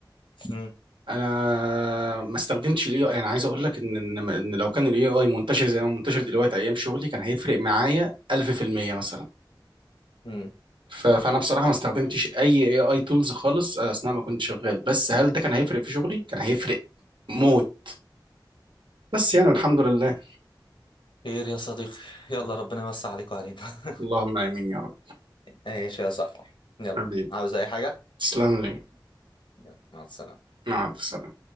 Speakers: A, on the left (about 75°); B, on the right (about 75°).
A: مم.
B: انا ما استخدمتش الاي اي انا عايز اقول لك ان ان إن لو كان الاي اي منتشر زي ما منتشر دلوقتي ايام شغلي كان هيفرق معايا 1000% مثلا
A: مم.
B: ف- فانا بصراحه ما استخدمتش اي اي اي تولز خالص آه، اثناء ما كنت شغال بس هل ده كان هيفرق في شغلي كان هيفرق موت بس يعني والحمد لله
A: خير يا صديقي يلا ربنا يوسع عليك وعلينا <laughs>
B: اللهم امين يا رب
A: ايش يا صاحبي يلا
B: حبيبي
A: عاوز اي حاجة
B: تسلم لي
A: يلا مع السلامة
B: مع السلامه